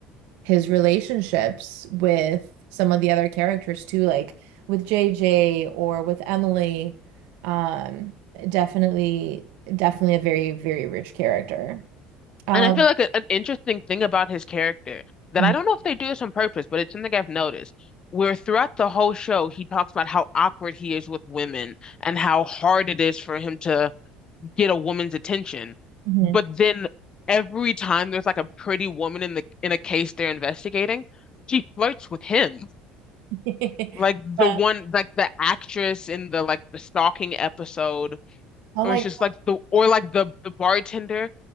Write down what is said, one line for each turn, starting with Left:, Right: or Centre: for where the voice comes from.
Right: his relationships with some of the other characters too, like with JJ or with Emily. Um, definitely, definitely a very, very rich character. Um,
Left: And I feel like a, an interesting thing about his character that
Right: Mhm.
Left: I don't know if they do this on purpose, but it's something I've noticed. Where throughout the whole show, he talks about how awkward he is with women and how hard it is for him to get a woman's attention.
Right: Mhm.
Left: But then every time there's like a pretty woman in the in a case they're investigating, she flirts with him.
Right: <laughs>
Left: Like the
Right: Yeah.
Left: one like the actress in the like the stalking episode
Right: Oh
Left: or
Right: my,
Left: it's just like the or like the the bartender.